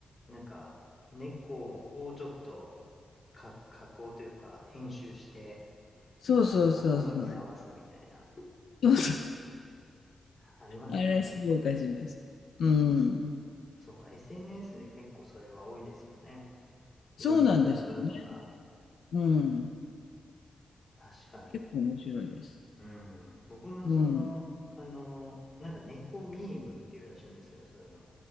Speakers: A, on the left; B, on the left.
A: なんか、猫をちょっと、か、加工というか、編集して、
B: そうそうそうそう。
A: あの、音楽に合わすみたいな。
B: そうそう。
A: ありますね、
B: あれ、
A: ありますね。
B: すごいおかしいです。うん。
A: そうか、SNS で結構それは多いですよね。インスタグラムとか、
B: そうなんですよね。うん。
A: 確かに。
B: 結構面白いです。
A: うん。僕もその、
B: うん。
A: あの、なんか猫ミームっていうらしいんですけど、それの。